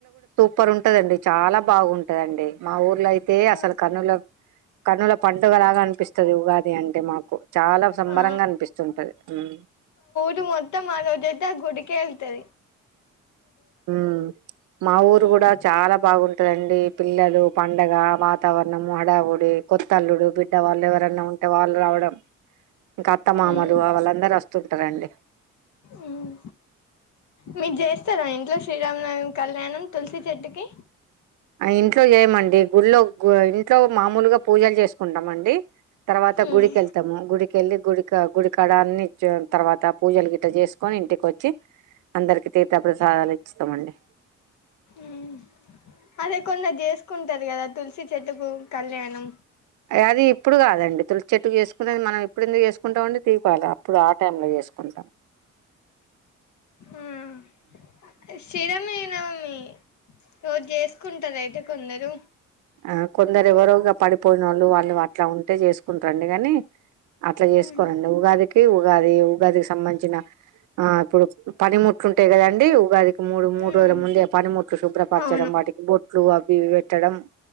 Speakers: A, on the right; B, on the left.
A: పర్ ఉంటదండి చాలా బావున్ టదండి మా ఊర్ టైంలో అయితే
B: ఆ,
A: అసలు కన్నుల కన్నుల పండుగలాగా అనిపిస్తది ఉగాద్ ది అంటే మాకు చాలా సంబరంగా
B: ఆ.
A: అనిపిస్తుంటది మ్
B: రు మొత్తం ఆ రోజు అయితే ఆ గుడికే ఎళ్తది
A: మ్ మా ఊరు
B: ఉమ్,
A: గూడా చాలా బాగుంటదండి పిల్లలు పండగ వాతావరణము అ డవుడ్ డి కొత్తల్లుడు బిడ్డ వాళ్ళు ఎవరన్నా ఉంటే వాళ్ళు రావడం ఇంకా అత్తమామలు
B: ఉమ్,
A: వాళ్ళందరు వస్తుంటరండి
B: ఉమ్మ్ మీరు చేస్తారా ఇంట్లో శ్రీరామనవమి కళ్యాణం తులసి చెట్టుకి
A: ఆ ఇంట్లో చేయమండి గుళ్లో గుల్ ట్లో మామూలుగా పూజలు చేసుకుంటాం అన్ ది తర్వాత
B: ఉమ్
A: గుడికెళ్తము గుడికెళ్ళి గుడి క గుడి కాడన్నీ చ్చ్ తర్వాత పూజలు గిట చేసుకొని ఇంటికి వచ్చి అందరికి తీర్థ ప్రసాదాలు ఇచ్చుతమండి
B: ఉమ్ అదే కొందరు చేసుకుంటది కదా తులసి చెట్టుకు కళ్యాణం
A: అది ఇప్పుడు కాదన్ డి తులసి చెట్టు చేసుకునేది మనం ఇప్పుడు ఎందుకు వేసుకుంటాం అండి దీపావళప్పుడు ఆ టైం లో చేసుకుంటాం
B: ఉమ్మ్ శిరమేనం ఇ రోజు చేసుకుంటారు అయితే కొందరు
A: ఆ కొందరు ఎవరోగా పడిపోయినోళ్ళు వాళ్ళు వా ట్ల ఉంటే చేసుకుంటారండి గాని అట్లా చేసుకోరండి
B: ఉమ్
A: ఉగాది కి ఉగాది ఉగాదికి సంబంధించిన ఆ ఇప్పుడు పని ముట్లుంటాయి కదండి ఉగాది కి మూడు మూడు
B: ఉమ్
A: రోజుల ముందే పనిముట్లు శుభ్రపరచడం
B: అవును
A: వాటికి బొట్లు అవి ఇవి పెట్టడం